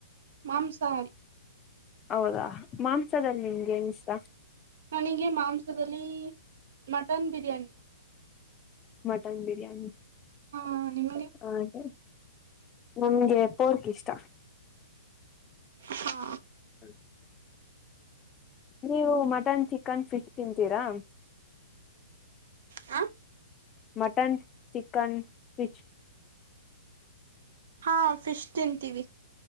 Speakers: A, on the right (about 60°); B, on the left (about 20°).
A: ಮಾಂಸಾಹಾರಿ
B: ಹೌದಾ ಮಾಂಸದಲ್ಲಿ ನಿಮ್ಗೆ ನ್ ಇಷ್ಟ
A: ನನಗೆ ಮಾಂಸದಲ್ಲಿ ಮಟನ್ ಬಿರಿಯಾನಿ ಇಷ್ಟ
B: ಮಟನ್ ಬಿರಿಯಾನಿ
A: ಹಾ ನಿಮ್ಮದ
B: ಹಾಗೆ ನಮ್ಗೆ ತೋರ್ಕ್ ಇಷ್ಟ
A: ಹಾ
B: ಹ ನೀವು ಮಟನ್ ಚಿಕನ್ ಫಿಶ್ ತಿಂತೀರಾ
A: ಹ
B: ಮಟನ್ ಚಿಕನ್ ಪಫಿಶ್
A: ಹಾ ಫಿಶ್ ತಿಂತೀವಿ